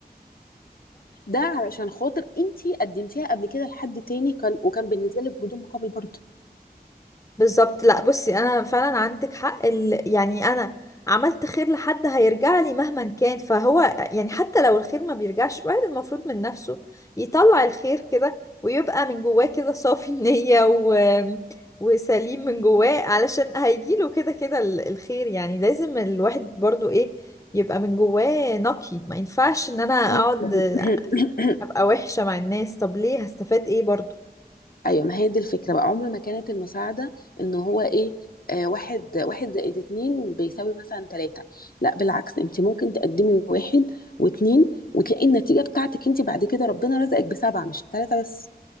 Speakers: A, on the left; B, on the left.
A: ده علشان خاطر انت قدمتيها قبل كده لحد تاني كان وكان بالنسبة لك بدون مقابل برضه
B: بالظبط لا بصي انا فعلا عندك حق ال... يعني انا عملت خير لحد هيرجع لي مهما كان فهو يعني حتى لو الخير ما بيرجعش الواحد المفروض من نفسه يطلع الخير كده ويبقى من جواه كده صافي النية و... وسليم من جواه علشان هيجيله كده كده ال- الخير يعني لازم الواحد برضو ايه يبقى من جواه نقي ما ينفعش ان انا اقعد
A: <laughs>
B: ابقى وحشة مع الناس طب ليه هستفاد ايه برضو
A: أيوه، ما هي دي الفكرة بقى، عمر ما كانت المساعدة إن هو إيه آه واحد واحد زائد اتنين بيساوي مثلا تلاتة، لا بالعكس أنت ممكن تقدمي واحد واتنين وتلاقي النتيجة بتاعتك أنت بعد كده ربنا رزقك بسبعة مش تلاتة بس،